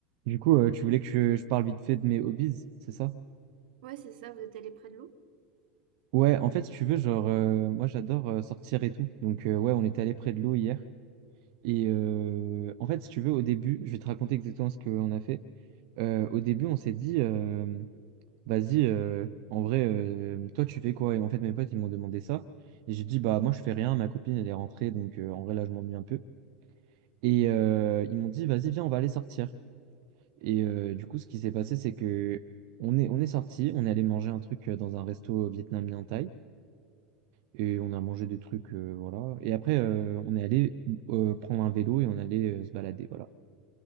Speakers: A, on the right; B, on the right.
A: Du coup, euh, tu voulais que je, je parle vite fait de mes hobbies, c'est ça?
B: Ouais, c'est ça, vous êtes allé près de l'eau.
A: Ouais, en fait, si tu veux, genre, euh, moi, j'adore euh, sortir et tout. Donc, euh, ouais, on était allé près de l'eau hier. Et euh, en fait, si tu veux, au début, je vais te raconter exactement ce qu'on a fait. Euh, au début, on s'est dit, euh, vas-y, euh, en vrai, euh, toi, tu fais quoi? Et en fait, mes potes, ils m'ont demandé ça. Et j'ai dit, bah, moi, je fais rien. Ma copine, elle est rentrée. Donc, euh, en vrai, là, je m'ennuie un peu. Et euh, ils m'ont dit, vas-y, viens, on va aller sortir. Et euh, du coup, ce qui s'est passé, c'est que on est, on est sorti, on est allé manger un truc euh, dans un resto vietnamien thaï, et on a mangé des trucs, euh, voilà. Et après, euh, on est allé euh, prendre un vélo et on allait euh, se balader, voilà.